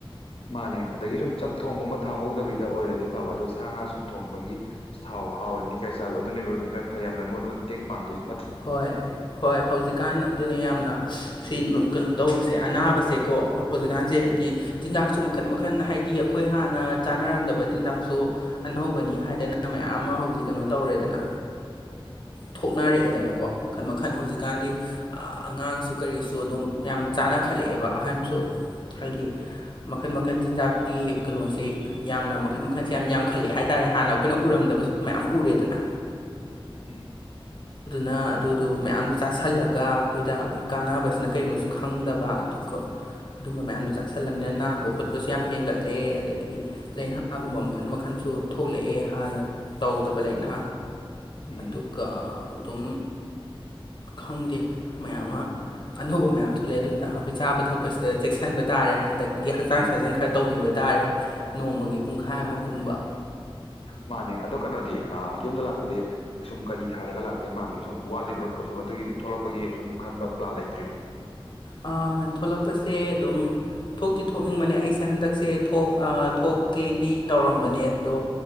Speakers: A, on the left; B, on the left.
A: ꯃꯥꯅꯦ ꯑꯗꯒꯤ ꯁꯨꯝ ꯆꯝꯊꯣꯡꯒꯨꯝꯕ ꯊꯥꯎꯍꯧꯗꯕꯤꯗ ꯑꯣꯏꯔꯗꯤ ꯐꯕ ꯑꯗꯣ ꯁꯥ ꯉꯥ ꯁꯨꯝ ꯊꯣꯡꯕꯒꯤ ꯥꯎ ꯍꯥꯎꯔ ꯅꯤꯀꯥꯏ ꯆꯥꯕ ꯑꯗꯨꯅꯦꯕ ꯐ ꯌꯥꯝꯅ ꯅꯣꯏꯕꯗ ꯃꯇꯦꯡ ꯄꯥꯡꯗꯣꯏꯁ
B: ꯍꯣꯏ ꯍꯣꯏ ꯍꯧꯖꯤꯛꯀꯥꯟ ꯑꯗꯨꯅꯦ ꯌꯥꯝꯅ ꯁꯤ ꯀꯩꯅꯣ ꯇꯧꯕꯁꯦ ꯑꯅꯥꯕꯁꯦꯀꯣ ꯍꯧꯖꯤꯛꯀꯥꯟꯁꯦ ꯍꯥꯏꯗꯤ ꯆꯤꯟꯖꯥꯛꯁꯨ ꯃꯈꯟ
A: ꯎꯝ
B: ꯃꯈꯜ ꯍꯥꯏꯗꯤ ꯑꯩꯈꯣꯏ ꯍꯥꯟꯅ ꯆꯥꯅꯔꯝꯗꯕ ꯆꯤꯟꯖꯥꯛꯁꯨ ꯑꯅꯧꯕꯅꯤ ꯍꯥꯏꯗꯅ ꯃꯌꯥꯝ ꯑꯃ ꯍꯧꯖꯤꯛ ꯀꯩꯅꯣ ꯇꯧꯔꯦꯗꯅ ꯊꯣꯛꯅꯔꯛꯑꯦꯗꯅꯀ ꯀꯣ ꯃꯈꯟ ꯃꯈꯜ ꯍꯧꯖꯤꯛꯀꯥꯟꯗꯤ ꯑꯉꯥꯡꯁꯨ ꯀꯔꯤꯁꯨ ꯑꯗꯨꯝ ꯌꯥꯝ ꯆꯥꯅꯈꯠꯂꯛꯑꯦꯕ ꯑꯍꯟꯁꯨ ꯍꯥꯏꯗꯤ ꯃꯈꯟ ꯃꯈꯜ ꯆꯤꯟꯖꯥꯛꯀꯤ ꯀꯩꯅꯣꯁꯤ ꯌꯥꯝꯅ ꯃꯈꯜ ꯃꯈꯟꯁꯦ ꯌꯥꯝ ꯌꯥꯝꯈꯠꯂꯑꯦ ꯍꯥꯏꯇꯥꯔꯦ ꯍꯥꯟꯅ ꯑꯩꯈꯣꯏꯅ ꯎꯔꯝꯗ ꯃꯌꯥꯝ ꯎꯔꯦꯗꯅ
A: ꯎꯝ
B: ꯅ ꯑꯗꯨꯗꯣ ꯃꯌꯥꯝꯗꯨ ꯆꯥꯥꯁꯜꯂꯒ ꯑꯩꯈꯣꯏꯗ ꯀꯥꯟꯅꯕꯁꯤꯅ ꯀꯩꯅꯣꯁꯨ ꯈꯪꯗꯕ ꯑꯗꯨꯒ ꯑꯗꯨꯝꯕ ꯃꯌꯥꯝꯗꯣ ꯆꯥꯥꯁꯜꯂꯝꯅꯤꯅ ꯅꯥꯕ ꯈꯣꯠꯄꯁꯨ ꯌꯥꯝ ꯍꯦꯟꯒꯠꯂꯦ ꯑꯗꯒꯤ ꯂꯩꯥꯏꯅꯥꯒꯨꯝꯕ
A: ꯎꯝ
B: ꯃꯈꯜ ꯃꯈꯜꯁꯨ ꯊꯣꯛꯂꯛꯑꯦ ꯍꯥꯟꯅ ꯇꯧꯗꯕ ꯂꯩꯥꯏꯅꯥ
A: ꯎꯝ
B: ꯑꯗꯨꯒ ꯑꯗꯨꯝ ꯈꯪꯗꯦ ꯃꯌꯥꯝ ꯑꯃ ꯑꯅꯧꯕ ꯃꯌꯥꯝ ꯊꯣꯛꯂꯛꯑꯦ ꯑꯗꯨꯅ ꯑꯩꯈꯣꯏ ꯆꯥꯕ ꯊꯛꯄꯁꯤꯗ ꯆꯦꯛꯁꯤꯟꯕ ꯇꯥꯔꯦ ꯍꯟꯗꯛ ꯑꯗꯒꯤ ꯍꯛꯆꯥꯡ
A: ꯎꯝ
B: ꯁꯥꯖꯦꯜ ꯈꯔ ꯇꯧꯕꯤꯕ ꯇꯥꯔꯦ ꯅꯣꯡꯃꯒꯤ ꯄꯨꯡꯈꯥꯏ ꯑꯃ ꯀꯨꯝꯕ
A: ꯃꯥꯅꯦ ꯑꯗꯣ ꯀꯩꯅꯣꯗꯤ ꯌꯨꯝꯗ ꯂꯥꯛꯄꯗꯤ ꯁꯨꯝ ꯀꯔꯤ ꯊꯥꯗꯒ ꯂꯥꯛꯇꯣꯏ ꯃꯥꯟꯒꯦ ꯁꯨꯝ ꯋꯥꯠꯂꯤꯕ꯭ꯔꯥ ꯁꯨꯝ ꯑꯗꯨꯒꯤ ꯊꯣꯛꯂꯛꯄꯒꯤ ꯁꯨꯝ ꯈꯟꯕ ꯄ꯭ꯂꯥꯟ ꯂꯩꯇ꯭ꯔꯤꯕ
B: ꯑ ꯊꯣꯛꯂꯛꯄꯁꯦ ꯑꯗꯨꯝ ꯊꯣꯛꯇꯤ ꯊꯣꯛꯅꯤꯡꯕꯅꯦ ꯑꯩꯁꯦ ꯍꯟꯗꯛꯁꯦ ꯊꯣꯛ ꯊꯣꯛꯀꯦꯗꯤ ꯇꯧꯔꯝꯕꯅꯦ ꯑꯗꯣ